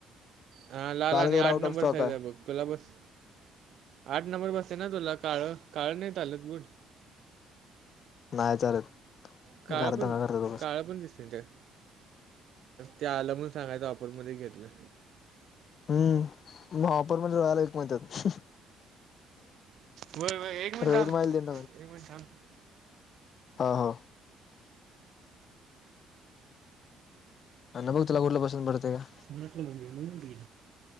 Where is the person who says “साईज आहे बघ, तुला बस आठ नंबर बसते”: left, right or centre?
Right